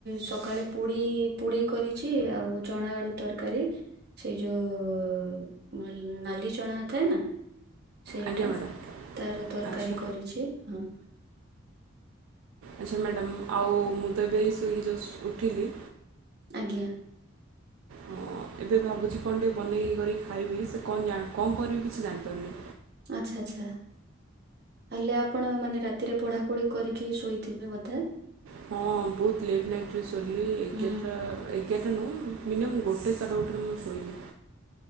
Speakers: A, on the right (about 50°); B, on the right (about 75°).
A: ସକାଳେ ପୁଡି ପୁଡି କରି ଛି ଆଉ ଚଣା ଆଡ଼ୁ ତରକାରୀ ସେ ଯୋଉ ନାଲି ଚଣା। ନଥାଏ ନା ସେଇଟା
B: ଆଜ୍ଞା ମ୍ୟାଡ଼ାମ୍
A: ତାର ତରକାରୀ
B: ଆଚ୍ଛା।
A: କରିଛି ହଁ।
B: ଆଚ୍ଛା ମ୍ୟାଡ଼ାମ ଆଉ ମୁଁ ତ ଏବେ ଏଇ ସୋଇକି ଜଷ୍ଟ୍ ଉଠିଲି।
A: ଆଜ୍ଞା।
B: ହଁ ଏବେ ଭାବୁଛି କଣ ଟିକେ ବନେଇ କରିକି ଖାଇବି ସେ କଣ କଣ କରିବି କିଛି ଜାଣିପାରୁନି।
A: ଆଚ୍ଛା ଆଚ୍ଛା ହେଲେ ଆପଣ ମାନେ ରାତିରେ ପଢାପଢି କରିକି ଶୋଇଥିବେ ବୋଧେ।
B: ହଁ ବହୁତ ଲେଟ୍ ନାଇଟ୍ ରେ ସୋଇଲି ଏଗାରଟା
A: ହୁଁ।
B: ଏଗାରଟା ନୁହଁ ମିନିୟମ୍ ଗୋଟେ ସାଢ଼େ ଗୋ ଟେରେ ମୁଁ ସୋଇଲି।